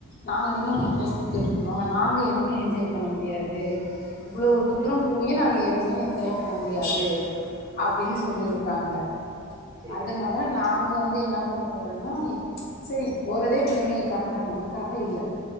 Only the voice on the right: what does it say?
செரி செரி
ம்
ம் செரி
செரி செரி